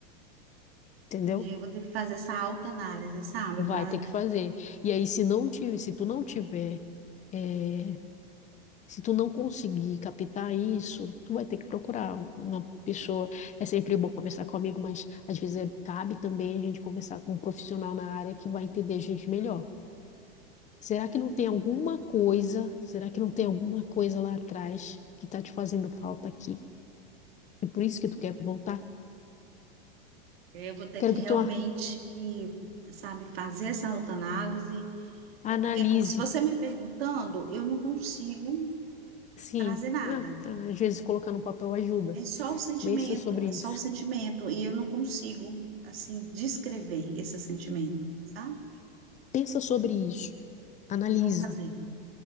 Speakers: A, on the left; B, on the right.
A: Entendeu?
B: Um dia eu vou ter que fazer essa autoanálise, sabe?
A: Vai
B: Para
A: ter que fazer. E aí, se não ti- se tu não tiver, eh, Se tu não conseguir captar isso, tu vai ter que procurar uma pessoa. É sempre bom conversar comigo, mas às vezes é- cabe também a gente conversar com um profissional na área que vai entender a gente melhor. Será
B: perfeito.
A: que não tem alguma coisa? Será que não tem alguma coisa lá atrás que está te fazendo falta aqui? E por isso que tu quer voltar?
B: É, Eu vou ter
A: Quero
B: que
A: que
B: realmente,
A: tu
B: sabe, fazer essa autoanálise. É
A: analise.
B: porque co- se você me perguntando, eu não consigo
A: Sim,
B: trazer nada.
A: ah, às vezes colocar no papel ajuda.
B: É só o sentimento,
A: Pensa sobre
B: é só
A: isso.
B: o sentimento. E eu não consigo, assim, descrever esse sentimento, sabe?
A: Pensa sobre isso. Analisa.
B: Vou fazer,